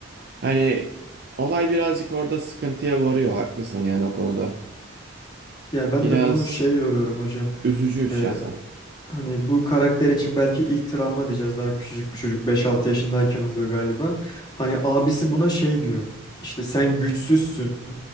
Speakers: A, on the right; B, on the left.
A: Hani olay birazcık orada sıkıntıya varıyor. Haklısın yani o konuda.
B: Ya ben
A: Biraz
B: de bunu şey yoruyorum hocam.
A: üzücü şahsen.
B: E, Hani bu karakter için belki ilk travma diyeceğiz. Daha küçücük bir çocuk beş altı yaşındayken oluyor galiba. Hani abisi buna şey diyor. İşte sen güçsüzsün.